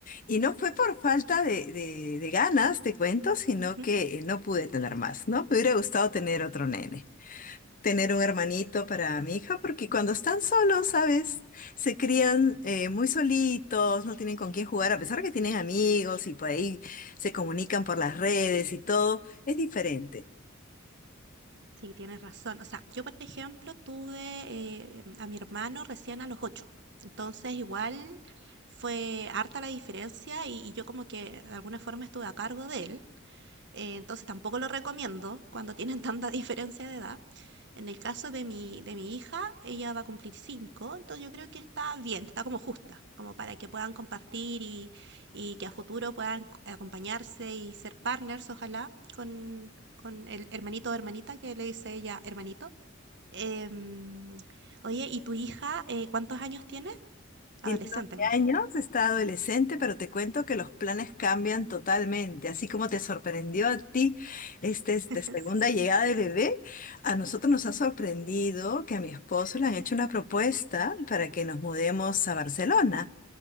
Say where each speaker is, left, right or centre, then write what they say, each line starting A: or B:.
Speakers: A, on the left; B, on the right.
A: y no fue por falta de, de de ganas, te cuento, sino
B: ujú.
A: que no pude tener más, ¿no? Me hubiera gustado tener otro nene. tener un hermanito para mi hija, porque cuando están solos, ¿sabes? Se crían eh, muy solitos, no tienen con quién jugar, a pesar que tienen amigos y por ahí se comunican por las redes y todo, es diferente.
B: Sí, tienes razón. O sea, yo, por ejemplo, tuve eh, a mi hermano recién a los ocho. Entonces, igual fue harta la diferencia y, y yo como que de alguna forma estuve a cargo de él. Eh, entonces tampoco lo recomiendo cuando tienen <laughs> tanta diferencia de edad. En el caso de mi, de mi hija, ella va a cumplir cinco entonces yo creo que está bien, está como justa, como para que puedan compartir y, y que a futuro puedan acompañarse y ser partners, ojalá, con, con el hermanito o hermanita que le dice ella hermanito. Em, oye, ¿y tu hija eh, cuántos años tiene? Adolescente,
A: Tiene 12
B: me dijiste.
A: años, está adolescente, pero te cuento que los planes cambian totalmente. Así como te sorprendió a ti este- esta
B: <laughs>
A: segunda
B: Sí.
A: llegada de bebé, a nosotros nos ha sorprendido que a mi esposo le han hecho una propuesta para que nos mudemos a Barcelona.